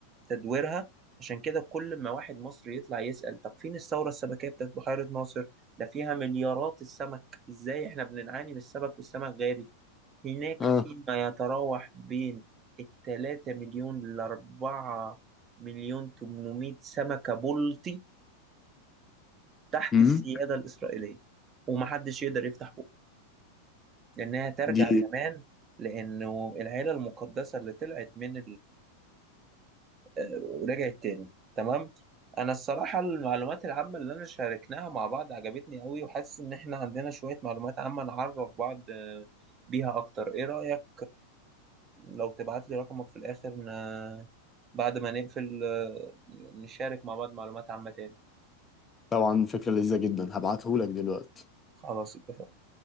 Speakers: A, on the right; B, on the left.
A: تدويرها عشان كده كل ما واحد مصري يطلع يسأل طب فين الثورة السمكية بتاعت بحيرة ناصر ده فيها مليارات السمك ازاي احنا بنعاني من السمك والسمك غالي هناك
B: اه
A: فيما يتراوح بين التلاتة مليون لأربعة مليون تمنمية سمكة بلطي تحت
B: امم
A: السيادة الإسرائيلية ومحدش يقدر يفتح بقه لأنها ترجع
B: دي
A: زمان لأنه العيلة المقدسة اللي طلعت من آه، ورجعت تاني تمام انا الصراحه المعلومات العامه اللي انا شاركناها مع بعض عجبتني قوي وحاسس ان احنا عندنا شويه معلومات عامه نعرف بعض آه، بيها اكتر ايه رايك لو تبعت لي رقمك في الاخر ن... بعد ما نقفل آه، نشارك مع بعض معلومات عامه تاني
B: طبعا فكرة لذيذة جدا هبعتهولك دلوقتي
A: خلاص اتفقنا